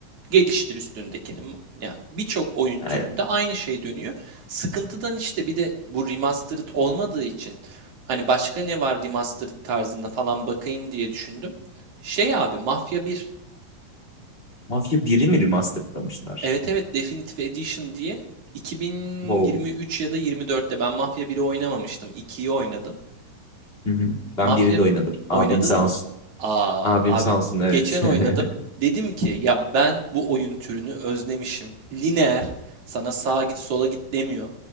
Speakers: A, on the right; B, on the left.
A: Geliştir üstündekini. Yani birçok oyun
B: Aynen.
A: türünde aynı şey dönüyor. Sıkıntıdan işte bir de bu remastered olmadığı için hani başka ne var remastered tarzında falan bakayım diye düşündüm. Şey abi Mafya bir.
B: Mafya biri mi remasterlamışlar?
A: Evet evet Definitive Edition diye 2023
B: Wow.
A: ya da 24'te ben Mafya biri oynamamıştım. ikiyi oynadım.
B: Hı hı. Ben
A: Mafya
B: biri de oynadım.
A: bi- oynadın
B: Abim sağ
A: mı?
B: olsun.
A: Aa,
B: Abim
A: abi
B: sağ olsun evet.
A: geçen oynadım.
B: <laughs>
A: Dedim ki ya ben bu oyun türünü özlemişim. Lineer sana sağa git sola git demiyor.